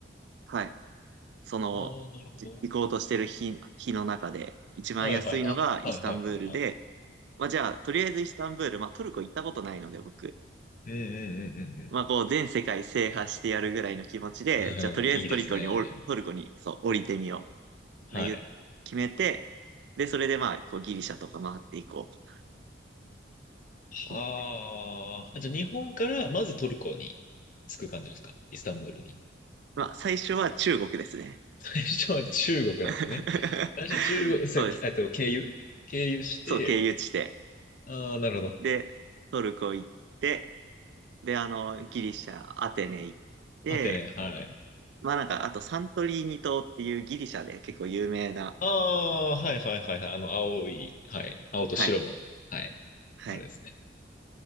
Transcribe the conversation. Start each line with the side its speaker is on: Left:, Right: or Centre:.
Right: はい。その、
Left: ああ、なるほど。
Right: じ行こうとしてる日、日の中で、一番安いのがイスタンブールで、
Left: はいはい、あ、はいはいはいはい。
Right: まあじゃあ、とりあえずイスタンブール、まあトルコ行ったことないので僕、
Left: うんうんうんうんう
Right: まあこう全世界制覇してやるぐらいの気持ちで、
Left: ん。
Right: じゃあとりあえずトルコにおる、
Left: <laughs> うんいいですね。
Right: トルコに、そう、降りてみよ
Left: はい。
Right: う。まあ、言う決めて、で、それでまあ、こうギリシャとか回っていこうと思って。
Left: はあ。じゃあ日本からまずトルコに着く感じですかイスタンブールに。
Right: まあ最初は中国ですね。
Left: <laughs> 最初は中国なんですね。
Right: <laughs>
Left: 最初は中国、さ、
Right: そうです。
Left: えっと、経由経由して、
Right: そう、経由地で。
Left: ああ、なるほど。
Right: で、トルコ行って、で、あの、ギリシャ、アテネ行って、
Left: アテネ、はい。
Right: まあなんか、あとサントリーニ島っていうギリシャで結構有名な、
Left: ああ、はいはいはいはい。あの、青い、はい。青と白の、
Right: はい、
Left: はい。
Right: はい。
Left: あれですね。